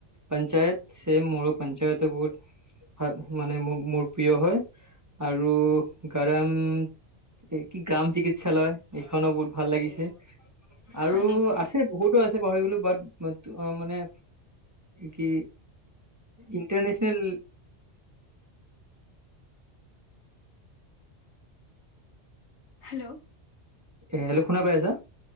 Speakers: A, on the right (about 20°); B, on the left (about 70°).
A: পঞ্চায়ত ছেম, মোৰো পঞ্চায়ত বহুত ভ মানে, মোৰ প্ৰিয় হয় আৰু গৰম এই কি, গ্ৰাম চিকিৎসালয়। এইখনো বহুত ভাল লাগিছে, আৰু
B: হয় নেকি?
A: আছে, বহুতো আছে, পাহৰি গ'লোঁ, বাট মইটো অ', মানে কি? ইণ্টাৰনেচনেল।
B: হেল্ল'।
A: হেল্ল', শুনা পাইছা আছা?